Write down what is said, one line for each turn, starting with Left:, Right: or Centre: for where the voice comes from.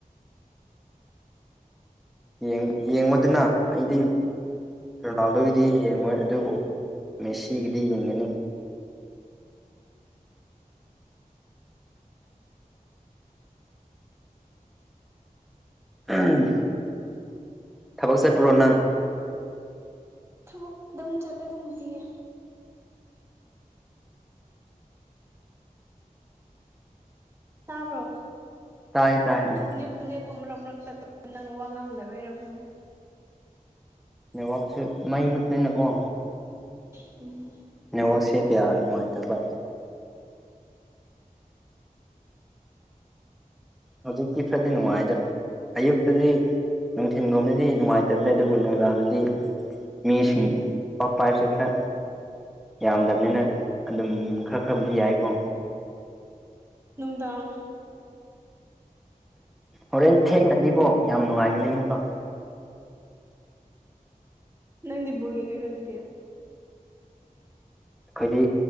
Centre: ꯌꯦꯡ ꯌꯦꯡꯕꯗꯨꯅ ꯑꯩꯗꯤ ꯔꯣꯅꯥꯜꯗꯣꯒꯤꯗꯤ ꯌꯦꯡꯉꯣꯏ ꯑꯗꯨꯕꯨ ꯃꯦꯁꯤꯒꯤꯗꯤ ꯌꯦꯡꯒꯅꯤ ꯑꯍꯝ ꯊꯕꯛ ꯆꯠꯄ꯭ꯔꯣ ꯅꯪ
Right: ꯊꯕꯛ ꯑꯗꯨꯝ ꯆꯠꯂꯦꯗ ꯅꯨꯡꯇꯤꯒꯤ ꯇꯥꯕ꯭ꯔꯣ
Centre: ꯇꯥꯏ ꯇꯥꯏ ꯎꯝ
Right: ꯅꯦꯠ ꯅꯦꯠ ꯨꯝ ꯃꯔꯛ ꯃꯔꯛ ꯇꯠ ꯅꯪ ꯋꯥ ꯉꯥꯡꯗꯕꯩꯔ ꯈꯪꯗꯦ
Centre: ꯅꯦꯠꯋꯥꯛꯁꯨ ꯃꯩ ꯃꯨꯠꯄꯅꯤꯅꯀꯣ
Right: ꯎꯝ
Centre: ꯅꯦꯠꯋꯥꯛꯁꯦ ꯀꯌꯥ ꯅꯨꯡꯉꯥꯏꯇꯕ ꯍꯧꯖꯤꯛꯇꯤ ꯈꯔꯗꯤ ꯅꯨꯡꯉꯥꯏꯗ ꯑꯌꯨꯛꯇꯗꯤ ꯅꯨꯡꯊꯤꯜꯒꯨꯝꯕꯗꯤ ꯅꯨꯡꯉꯥꯏꯇꯕꯅꯤ ꯑꯗꯨꯕꯨ ꯅꯨꯡꯗꯥꯡꯗꯗꯤ ꯃꯤꯁꯤꯡ
Right: ꯎꯝ
Centre: ꯄꯥꯛ ꯄꯥꯏꯁꯦ ꯈꯔ ꯌꯥꯝꯗꯕꯅꯤꯅ ꯑꯗꯨꯝ ꯈꯔ ꯈꯔꯕꯨꯗꯤ ꯌꯥꯏꯀꯣ
Right: ꯅꯨꯡꯗꯥꯡ ꯑꯣ
Centre: ꯍꯣꯔꯦꯟ ꯊꯦꯡꯅꯗꯤꯕꯣ ꯌꯥꯝ ꯅꯨꯡꯉꯥꯏꯒꯅꯤ ꯑꯃꯨꯛꯀ
Right: ꯅꯪꯗꯤ ꯕꯣꯜ ꯌꯦꯡꯗꯣꯏꯔ ꯗꯨꯗꯤ
Centre: ꯑꯩꯈꯣꯏꯗꯤ